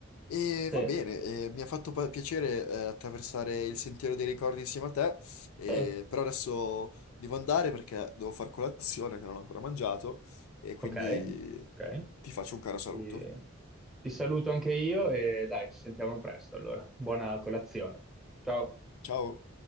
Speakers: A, on the left; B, in the centre.
A: E
B: Sì,
A: va bene, eh, mi ha fatto pa- piacere eh, attraversare il sentiero dei ricordi insieme a te, eh,
B: sì.
A: però adesso devo andare perché devo far colazione che non ho ancora mangiato e quindi
B: Ok, ok.
A: ti faccio un caro saluto.
B: Ti, ti saluto anche io e dai, ci sentiamo presto allora. Buona colazione. Ciao.
A: Ciao!